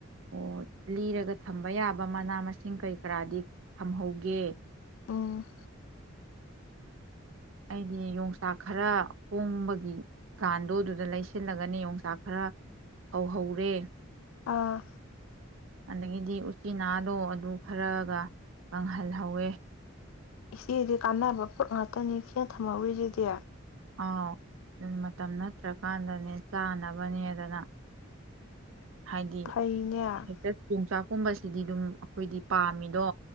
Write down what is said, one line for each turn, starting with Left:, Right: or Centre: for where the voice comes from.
Right: ꯑꯣ ꯂꯤꯔꯒ ꯊꯝꯕ ꯌꯥꯕ ꯃꯅꯥ ꯃꯁꯤꯡ ꯀꯩ ꯀꯔꯥꯗꯤ ꯊꯝꯍꯧꯒꯦ꯫
Left: ꯎꯝ
Right: ꯑꯩꯗꯤ ꯌꯣꯡꯆꯥꯛ ꯈꯔ ꯄꯣꯡꯝꯕꯒꯤ ꯀꯥꯟꯗꯣ ꯑꯗꯨꯗ ꯂꯩꯁꯤꯜꯂꯒꯅꯤ ꯌꯣꯡꯆꯥꯛ ꯈꯔ ꯐꯧꯍꯧꯔꯦ꯫
Left: ꯑꯥ
Right: ꯑꯗꯒꯤꯗꯤ ꯎꯆꯤꯅꯥꯗꯣ ꯑꯗꯨ ꯈꯔꯒ ꯀꯪꯍꯜꯍꯧꯋꯦ
Left: ꯏꯆꯦꯗꯤ ꯀꯥꯟꯅꯕ ꯄꯣꯠ ꯉꯥꯛꯇꯅꯤ ꯏꯆꯦꯅ ꯊꯝꯍꯧꯔꯤꯁꯤꯗꯤ
Right: ꯑꯥꯎ ꯃꯇꯝ ꯅꯠꯇ꯭ꯔꯀꯥꯟꯗꯅꯦ ꯆꯥꯅꯕꯅꯦꯗꯅ꯫ ꯍꯥꯏꯗꯤ
Left: ꯐꯩꯅꯦ
Right: ꯍꯦꯛꯇ ꯌꯣꯡꯆꯥꯛꯀꯨꯝꯕꯕꯁꯤ ꯁꯤꯗꯤ ꯑꯗꯨꯝ ꯑꯩꯈꯣꯏꯗꯤ ꯄꯥꯝꯃꯤꯗꯣ꯫